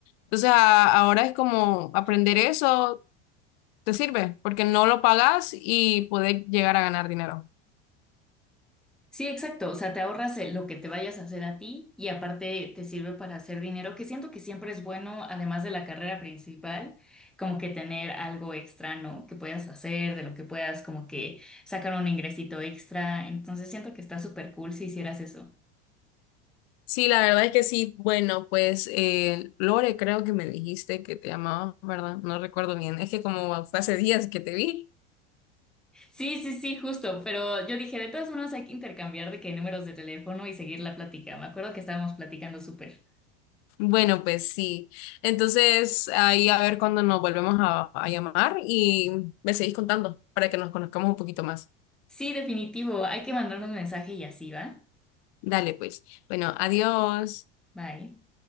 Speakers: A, on the left; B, in the centre.
A: Entonces a- ahora es como aprender eso te sirve porque no lo pagas y puedes llegar a ganar dinero.
B: Sí, exacto. O sea, te ahorras eh, lo que te vayas a hacer a ti y aparte te sirve para hacer dinero, que siento que siempre es bueno, además de la carrera principal, como que tener algo extra, ¿no? Que puedas hacer, de lo que puedas como que sacar un ingresito extra. Entonces siento que está súper cool si hicieras eso.
A: Sí, la verdad es que sí. Bueno, pues eh, Lore, creo que me dijiste que te llamabas, ¿verdad? No recuerdo bien. Es que como fue hace días que te vi.
B: Sí, sí, sí, justo. Pero yo dije, de todas formas hay que intercambiar de qué números de teléfono y seguir la plática. Me acuerdo que estábamos platicando súper.
A: Bueno, pues sí. Entonces, ahí a ver cuándo nos volvemos a, a llamar y me seguís contando para que nos conozcamos un poquito más.
B: Sí, definitivo. Hay que mandarnos mensaje y así, ¿va?
A: Dale, pues. Bueno, adiós.
B: Bye.